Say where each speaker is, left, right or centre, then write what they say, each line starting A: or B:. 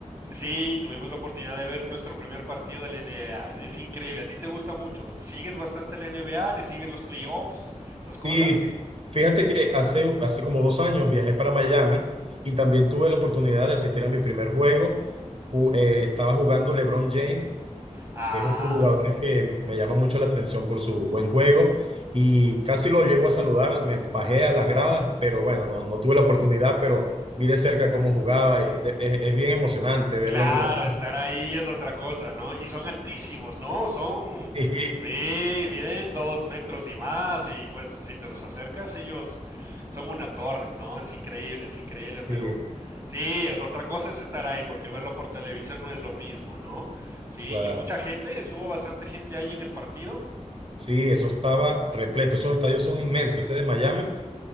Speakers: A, on the right; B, on the right.
A: Sí, tuvimos la oportunidad de ver nuestro primer partido de la NBA. Es, es increíble. A ti te gusta mucho. Sigues bastante la NBA, le sigues los playoffs esas cosas.
B: Sí, fíjate que hace, hace como dos años viajé para Miami y también tuve la oportunidad de asistir a mi primer juego. Ju- eh, estaba jugando LeBron James,
A: Ah,
B: que es un jugador que me llama mucho la atención por su buen juego y casi lo llego a saludar. Me bajé a las gradas, pero bueno, no, no tuve la oportunidad, pero vi de cerca cómo jugaba. y de- Es, es bien emocionante verlo
A: claro,
B: jugar.
A: estar
B: <laughs>
A: ahí es otra cosa, ¿no? Y son altísimos, ¿no? Son,
B: Sí,
A: mi- miden dos metros y más y pues si te los acercas ellos son unas torres, ¿no? Es increíble, es increíble, pero
B: sí,
A: sí, es otra cosa es estar ahí porque verlo por televisión no es lo mismo, ¿no? Sí,
B: claro.
A: y mucha gente, estuvo bastante gente ahí en el partido.
B: Sí, eso estaba repleto. Esos estadios son inmensos. Ese de Miami.